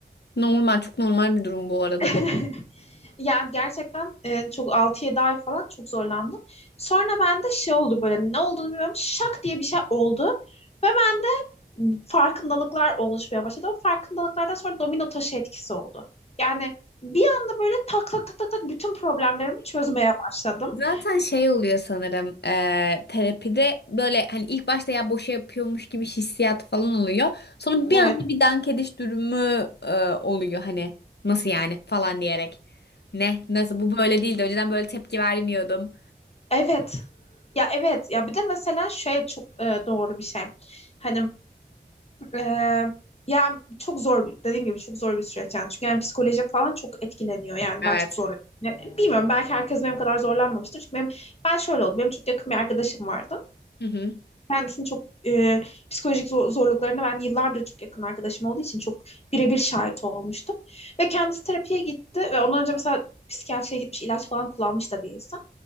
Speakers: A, on the left (about 80°); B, on the left (about 35°).
A: Normal, çok normal bir durum bu arada
B: <laughs>
A: bu.
B: Yani gerçekten e, çok 6-7 ay falan çok zorlandım. Sonra bende şey oldu böyle ne olduğunu bilmiyorum şak diye bir şey oldu. Ve ben farkındalıklar oluşmaya başladı. O farkındalıklardan sonra domino taşı etkisi oldu. Yani bir anda böyle tak tak tak tak tak bütün problemlerimi çözmeye başladım.
A: Zaten şey oluyor sanırım eee, terapide böyle hani ilk başta ya boşa yapıyormuş gibi hissiyat falan oluyor. Sonra bir
B: Evet.
A: anda bir dank ediş durumu eee, oluyor hani nasıl yani falan diyerek. Ne? Nasıl? Bu böyle değildi. Önceden böyle tepki vermiyordum.
B: Evet. Ya evet. Ya bir de mesela şey çok e, doğru bir şey. Hani Ee, yani çok zor bir- dediğim gibi çok zor bir süreç yani çünkü yani psikoloji falan çok etkileniyor yani
A: Evet.
B: ben çok zorlanıyorum. Ya, Bilmiyorum belki herkes benim kadar zorlanmamıştır çünkü benim ben şöyle oldu benim çok yakın bir arkadaşım vardı
A: Hı hı.
B: kendisini çok e, psikolojik zor- zorluklarına ben yıllardır çok yakın arkadaşım olduğu için çok birebir şahit olmuştum. Ve kendisi terapiye gitti ve ondan önce mesela psikiyatriye gitmiş, ilaç falan kullanmış da bir insan.